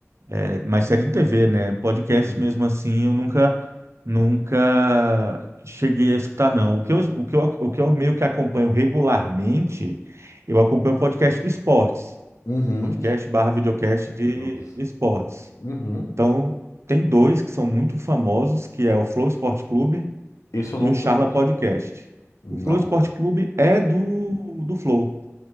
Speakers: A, on the right; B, on the left.
A: É, mas série de TV, né? Podcast
B: Uhum.
A: mesmo assim, eu nunca, nunca cheguei a escutar, não. O que eu, o que eu, o que eu meio que acompanho regularmente, eu acompanho o podcast de esportes.
B: Uhum.
A: Podcast barra videocast de,
B: Não.
A: de esportes.
B: Uhum.
A: Então, tem dois que são muito famosos, que é o Flow Esporte Clube
B: Esse eu não
A: e o Charla
B: conheço.
A: Podcast.
B: Não.
A: O Flow Esporte Clube é do, do Flow.